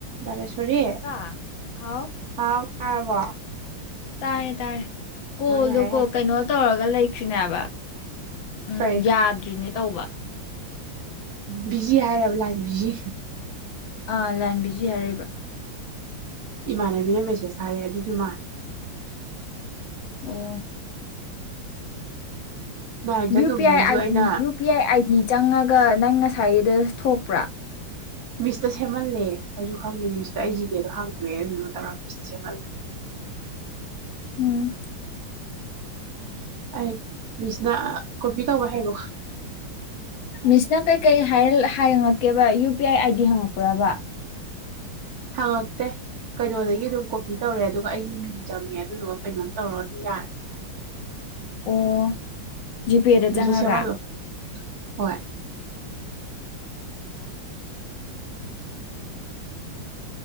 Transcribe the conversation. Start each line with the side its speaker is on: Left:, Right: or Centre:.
Right: ꯕꯥꯂ‌ꯦꯁ‌ꯣꯔꯤ
Left: ꯁꯤꯜꯄꯥ ꯍꯥꯎ
Right: ꯍꯥꯎ ꯇꯥꯔꯕ‌ꯣ
Left: ꯇꯥꯔꯦ ꯇꯥꯔꯦ ꯀꯣꯜꯗ
Right: ꯌꯥꯏ
Left: ꯀꯣ
Right: ꯌꯥꯏ
Left: ꯀꯩꯅꯣ ꯇꯧꯔ ꯂꯩꯈꯔꯤꯅꯦ ꯍꯥꯏꯕ ꯎꯝ
Right: ꯀꯔꯤ
Left: ꯌꯥꯗ꯭ꯔꯤꯅꯤ ꯇꯧꯕ
Right: ꯕꯤꯖꯤ ꯍꯥꯏꯔꯦꯕ ꯂꯥꯏꯟ ꯕꯤꯖꯤ
Left: ꯑꯥ ꯂꯥꯟꯕꯤꯖꯤ ꯍꯥꯏꯔꯩꯏꯕ
Right: ꯏꯃꯥꯟꯅꯕꯤꯅ ꯃꯦꯁꯦꯁ ꯊꯥꯔꯛꯑꯦ ꯑꯗꯨꯒꯤ ꯃꯥꯜꯂ‌ꯦ
Left: ꯑꯣ
Right: ꯅꯥꯏꯟ ꯆꯟꯇꯣꯝꯕꯤꯒꯤꯁꯨ
Left: ꯌꯨ ꯄꯤ ꯑꯥꯏ ꯑꯥꯏꯗꯤ
Right: ꯑꯩꯅ
Left: ꯌꯨ ꯄꯤ ꯑꯥꯏ ꯑꯥꯏꯗꯤ ꯆꯪꯉꯒ ꯅꯪ ꯉꯁꯥꯏꯒꯤꯗ ꯊꯣꯛꯄ꯭ꯔꯥ
Right: ꯃꯤꯁꯇ ꯁꯦꯝꯍꯜꯂꯦ ꯑꯩꯁꯨ ꯈꯪꯗꯦ ꯃꯤꯁꯇ ꯑꯩ ꯖꯤꯄꯦꯗꯣ ꯍꯪꯉꯦ ꯇ‌ꯣꯛꯑ‌ꯦꯌꯦ ꯗꯨꯒꯥ ꯃꯤꯁꯇꯥ ꯁꯦꯝꯍꯜꯂꯦ
Left: ꯎꯝ
Right: ꯑꯩ ꯃꯤꯁꯅ ꯀꯣꯄꯤ ꯇꯧꯕ ꯍꯩꯕꯀꯣ
Left: ꯃꯤꯁꯅ ꯀꯩꯀꯩ ꯍꯥꯏꯔ ꯉꯛꯀꯦꯕ U P I I D ꯍꯪꯉꯛꯄꯔ꯭ꯕ
Right: ꯍꯪꯉꯛꯇꯦ ꯀꯩꯅꯣꯗꯒꯤ ꯑꯗꯨꯝ ꯀꯣꯄꯤ ꯇꯧꯔ‌ꯦ ꯑꯗꯨꯒ ꯑꯩꯒꯤ ꯃꯤꯡ ꯆꯪꯉꯦ ꯑꯗꯨꯗꯨꯒ ꯀꯩꯅꯣꯝ ꯇꯧꯔ ꯌꯥꯔ‌ꯦ
Left: ꯑꯣ ꯖꯤꯄꯦꯗ
Right: ꯃꯤꯁꯇ
Left: ꯆꯪꯉꯒ
Right: ꯁꯦꯝꯍꯜꯂꯣ ꯍꯣꯏ